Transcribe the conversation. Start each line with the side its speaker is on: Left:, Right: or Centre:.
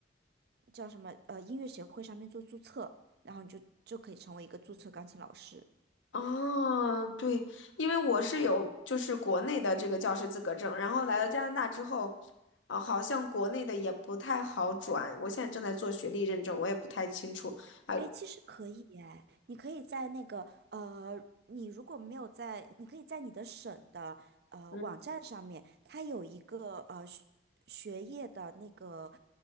Right: 叫什么呃音乐协会上面做注册，然后你就就可以成为一个注册钢琴老师。
Left: 哦，对，因为我是有就是国内的这个教师资格证，然后来到加拿大之后，啊、好像国内的也不太好转。我现在正在做学历认证，我也不太清楚。啊，
Right: 哎，其实可以哎，你可以在那个呃，你如果没有在，你可以在你的省的呃网站上面，
Left: 嗯
Right: 它有一个呃学学业的那个